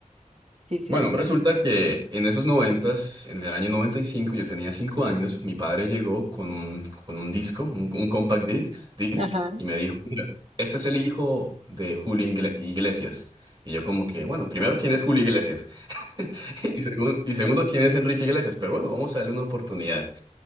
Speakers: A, on the right; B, on the right.
A: sí, sí.
B: Bueno, resulta que en esos noventas, en el año 95, yo tenía cinco años, mi padre llegó con un, con un disco, un, un compact disc, disc,
A: Ajá,
B: y me dijo, mira, este es el hijo de Julio Ingle- Iglesias. Y yo como que, bueno, primero, ¿quién es Julio Iglesias? <laughs> Y, segun- y segundo, ¿quién es Enrique Iglesias? Pero bueno, vamos a darle una oportunidad.